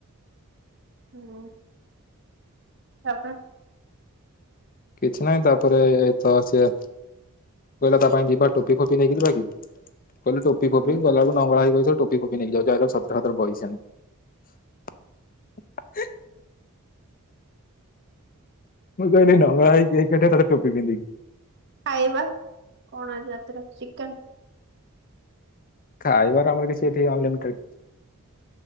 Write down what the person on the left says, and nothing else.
କିଛି ନହିଁ ତାପରେ ତ ସିଏ କହିଲା ତା ପାଇଁ ଯିବା ଟୋପି ଫୋପି ନେଇକି ଯିବା କି କହିଲେ ଟୋପି ଫୋପି
ଗଲା ବେଳକୁ ନଙ୍ଗଳା ହେଇକି ବସି ଟୋପି ଫୋପି ନେଇକି ଯାଉଚି। ଆଇଲାବେଳକୁ ସତରେ ସତ ବଇଚି ସେମିତି ମୁଁ କହିଲି ନଙ୍ଗଳା ହେଇ କେକ କାଟେ ତଟ ଟୋପି ପିନ୍ଧିକି
ଖାଇବର ଆମର କିଛି ଏଠି ଅନଲିମିଟେଡ।